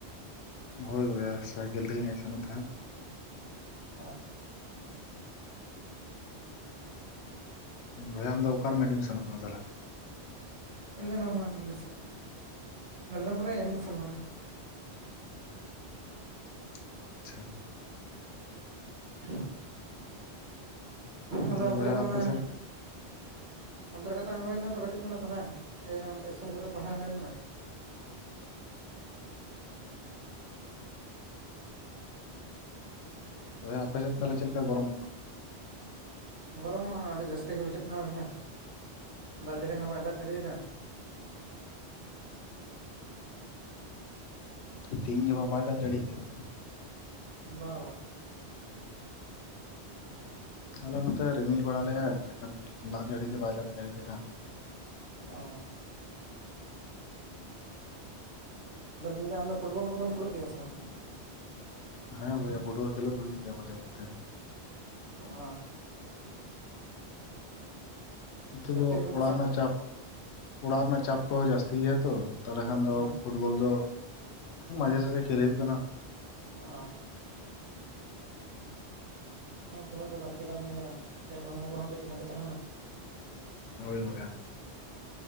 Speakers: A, on the left (about 75°); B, on the right (about 45°).
A: ᱦᱳᱭ ᱵᱚᱭᱦᱟ ᱥᱟᱭᱠᱮᱞ ᱛᱮᱜᱤᱧ ᱦᱮᱡ ᱥᱮᱱᱚᱜ ᱛᱟᱦᱮᱸᱫ
B: ᱚ
A: ᱵᱚᱭᱦᱟ ᱟᱢ ᱫᱚ ᱚᱠᱟᱨᱮᱢ ᱮᱰᱢᱤᱥᱚᱱᱚᱜ ᱠᱟᱱᱟ ᱛᱟᱦᱞᱮ
B: ᱤᱧ ᱫᱚ ᱱᱤᱭᱟᱹ ᱢᱮᱫᱽᱱᱟᱯᱩᱨ ᱥᱮᱡ ᱨᱮ ᱢᱮᱫᱽᱱᱟᱯᱩᱨ ᱨᱮᱭ ᱮᱰᱢᱤᱥᱮᱱ ᱟᱠᱟᱱᱟ
A: <inaudible> ᱟᱪᱪᱷᱟ
B: <unintelligible> ᱛ
A: ᱛᱟᱦᱚᱞᱮ
B: ᱟᱫᱚ ᱚᱱᱛᱮ
A: ᱵᱚᱭᱦᱟ
B: ᱨᱮᱜᱮ
A: ᱟᱯᱮ
B: ᱢᱟᱱᱮ
A: ᱥᱮᱫ
B: ᱚᱱᱛᱮ ᱨᱮᱜᱮ ᱦᱟᱛᱟᱣ ᱦᱩᱭᱱᱟ ᱛᱚ ᱠᱟᱹᱴᱤᱡ ᱠᱷᱚᱱᱟᱜ ᱛᱟᱦᱚᱞᱮ ᱤᱥᱠᱩᱞ ᱠᱚᱨᱮ ᱯᱟᱲᱦᱟᱣ ᱦᱩᱭᱱᱟ <unintelligible> ᱦᱮᱸ
A: ᱟᱪᱪᱷᱟ ᱵᱚᱭᱦᱟ ᱟᱯᱮ ᱥᱮᱫ ᱛᱟᱦᱚᱞᱮ ᱪᱮᱫ ᱞᱮᱠᱟ ᱜᱚᱨᱚᱢ ᱠᱟᱱᱟ
B: ᱜᱚᱨᱚᱢ ᱢᱟ ᱟᱹᱰᱤ ᱡᱟᱹᱥᱛᱤ ᱜᱮ ᱵᱩᱡᱷᱟᱹᱜ ᱠᱟᱱᱟ ᱵᱚᱭᱦᱟ ᱫᱟᱜ ᱡᱟᱹᱲᱤ ᱦᱚᱸ ᱵᱟᱭ ᱫᱟᱜ ᱡᱟᱹᱲᱤᱭᱟᱫᱟ
A: ᱛᱮᱦᱤᱧ ᱜᱟ ᱵᱟ ᱵᱟᱭ ᱫᱟᱜ ᱡᱟᱹᱲᱤ ᱠᱟᱫ ᱯᱮᱭᱟ
B: ᱵᱟ-ᱵᱟ
A: ᱟᱞᱮ ᱱᱚᱛᱮ ᱨᱤᱢᱤᱞ ᱵᱟᱲᱟ ᱞᱮᱫᱟᱭ ᱢᱮᱱᱠᱷᱟᱱ ᱫᱟᱜ ᱡᱟᱹᱲᱤ ᱫᱚ ᱵᱟᱭ ᱫᱟᱜ ᱡᱟᱹᱲᱤ ᱞᱮᱜᱼᱟ᱾
B: ᱚ ᱟᱫᱚ ᱢᱮᱱᱟᱹ ᱟᱢᱫᱚ ᱯᱷᱩᱴᱵᱚᱞ ᱠᱚᱫᱚᱢ ᱠᱷᱮᱞᱳᱜ ᱜᱮᱭᱟ ᱥᱮ ᱵᱟᱝ?
A: ᱦᱮᱸ ᱵᱚᱭᱦᱟ ᱯᱷᱩᱴᱵᱚᱞ ᱠᱷᱮᱞᱚᱜ ᱦᱩᱭᱩᱜ ᱜᱮᱭᱟ ᱢᱟᱡᱷᱮ ᱢᱚᱫᱽᱫᱷᱮ᱾
B: ᱚ
A: ᱱᱤᱛᱚᱜ
B: ᱛᱟᱦᱚᱞᱮ
A: ᱫᱚ
B: ᱠᱷᱮᱞ ᱠᱚᱯᱮ
A: ᱚᱲᱟᱜ
B: ᱥᱟᱵ
A: ᱨᱮᱱᱟᱜ ᱪᱟᱯ ᱚᱲᱟᱜ ᱨᱮᱱᱟᱜ ᱪᱟᱯ ᱠᱚ ᱡᱟᱹᱥᱛᱤ ᱜᱮᱭᱟᱛᱚ ᱛᱟᱦᱚᱞᱮ ᱠᱷᱟᱱ ᱫᱚ
B: ᱦᱮᱸ
A: ᱯᱷᱩᱴᱵᱚᱞ ᱫᱚ ᱢᱟᱡᱷᱮ ᱥᱟᱡᱷᱮ ᱠᱷᱮᱞ ᱦᱩᱭᱩᱜ ᱠᱟᱱᱟ᱾
B: ᱚ ᱦᱮᱸ ᱠᱷᱮᱞᱳᱜ ᱫᱚ ᱞᱟᱹᱠᱛᱤ ᱠᱟᱱ ᱜᱮᱭᱟ ᱠᱟᱹᱡ ᱦᱚᱲᱢᱚ ᱠᱚᱦᱚᱸ ᱠᱟᱹᱡ ᱵᱷᱟᱹᱜᱮ ᱛᱟᱦᱮᱱᱟ᱾
A: ᱦᱚᱭ ᱵᱚᱭᱦᱟ᱾